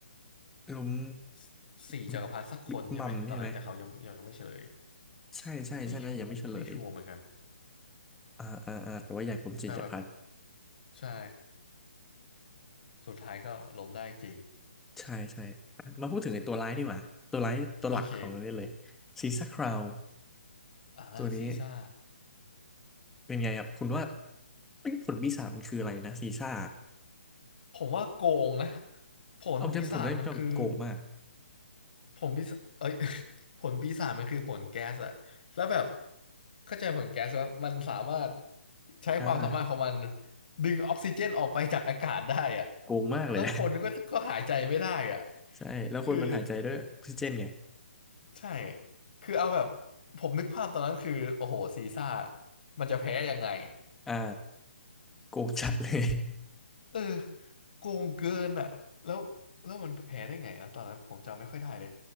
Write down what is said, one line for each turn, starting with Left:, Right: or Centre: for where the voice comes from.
Centre: ล้ม
Left: สสี่จักรพรรดิสักคนใช่ไหมตอนนั้นแต่เขายังยังไม่เฉลย
Centre: บิ๊กบิ๊กมัมใช่ไหม ใช่ใช่ใช่นะยังไม่เฉลย
Left: ไม่ชัวร์ไม่ชัวร์เหมือนกัน
Centre: อ่าอ่าอ่าแต่ว่าอยากรู้จิตภัทร
Left: แต่แบบใช่สุดท้ายก็ล้มได้จริง
Centre: ใช่ใช่อ่ะมาพูดถึงไอ้ตัวร้ายดีกว่า ตัวร้ายตัวหลักของเรื่องเลย
Left: โอเค
Centre: ซีซ่าคราว
Left: อ่าซีซ่า
Centre: ตัวนี้เป็นไงครับคุณว่าเอ้ยผลปีศาจมันคืออะไรนะซีซ่า
Left: ผมว่าโกงนะผลปีศาจมันคือ
Centre: เอาจำผมได้จำโกงมาก
Left: ผลปีศาเอ้ย <laughs> ผลปีศาจมันคือผลแก๊สอะแล้วแบบเข้าใจผลแก๊สว่ามันสามารถใช้ความสามารถของมัน
Centre: อ่า
Left: ดึงออกซิเจนออกไปจากอากาศได้อะ
Centre: โกงมากเลยนะ
Left: แล้วคนก็ก็หายใจไม่ได้อะ
Centre: <laughs> ใช่แล้วคนมันหายใจด้วยออกซิเจนไง
Left: คือใช่คือเอาแบบผมนึกภาพตอนนั้นคือโอ้โหซีซ่ามันจะแพ้ยังไง
Centre: อ่าโกงจัดเลย
Left: เออโกงเกินอะแล้วแล้วมันแพ้ได้ไงนะตอนนั้นผมจำไม่ค่อยได้เลย